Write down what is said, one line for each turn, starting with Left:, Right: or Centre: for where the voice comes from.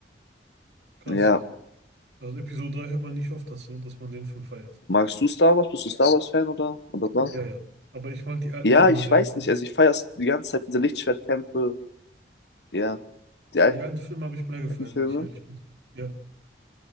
Right: Krass.
Left: Ja.
Right: Also Episode 3 hört man nicht oft, dass, so, dass man den Film feiert.
Left: Magst du Star Wars? Bist du Star Wars-Fan oder? oder was?
Right: Ja, ja. Aber ich mag die alten
Left: Ja,
Right: Filme
Left: ich
Right: mehr.
Left: weiß
Right: Also
Left: nicht. Also ich feiere die ganze Zeit diese Lichtschwertkämpfe. Ja. Die
Right: die
Left: alten
Right: alten Filme habe ich mehr gefeiert,
Left: Filme.
Right: wenn ich ehrlich bin. Ja.